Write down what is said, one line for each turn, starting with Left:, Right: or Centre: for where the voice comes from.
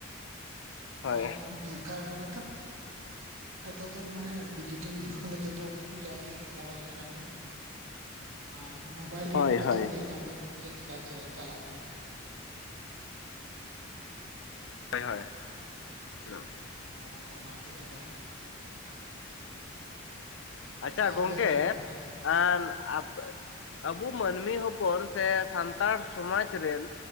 Left: ᱦᱳᱭ
Right: ᱟᱨ ᱫᱚᱨᱠᱟᱨ ᱠᱟᱱᱟ ᱛᱼᱼ ᱱᱤᱛᱚᱜ ᱫᱚ ᱢᱟᱱᱮ ᱰᱤᱡᱤᱴᱮᱞ ᱡᱩᱜ‌ᱽ ᱠᱷᱟᱱ ᱡᱚᱛᱚ ᱠᱚᱜᱮ ᱡᱟᱜᱮ ᱵᱟᱲᱟᱭ ᱠᱟᱱᱟ ᱠᱚᱼᱼ ᱟᱨ ᱢᱳᱵᱟᱭᱤᱞ ᱨᱮᱜᱮ
Left: ᱦᱳᱭ
Right: ᱠᱚ ᱡᱚᱛᱚ
Left: ᱦᱳᱭ
Right: ᱠᱚ ᱧᱮᱞ ᱧᱟᱢᱫᱟ ᱚᱠᱟ ᱠᱚ ᱪᱮᱫ ᱪᱤᱠᱟ ᱪᱟᱞᱟᱜ ᱠᱟᱱᱟ᱾
Left: ᱦᱳᱭ ᱦᱳᱭ <unintelligible>
Right: ᱟᱫᱚ ᱚᱱᱟᱜᱮ ᱟᱫᱚ <unintelligible>
Left: ᱟᱪᱪᱷᱟ
Right: ᱟᱨ
Left: ᱜᱚᱝᱠᱮ
Right: ᱞᱟᱹᱭ ᱛᱟᱞᱟᱝ ᱵᱮᱱ ᱟᱨ
Left: ᱟᱢ ᱟᱯᱮᱼᱼ ᱟᱵᱚ ᱢᱟᱹᱱᱢᱤ ᱦᱚᱯᱚᱱ ᱥᱮ ᱥᱟᱱᱛᱟᱲ ᱥᱚᱢᱟᱡᱽ ᱨᱮᱱᱼᱼ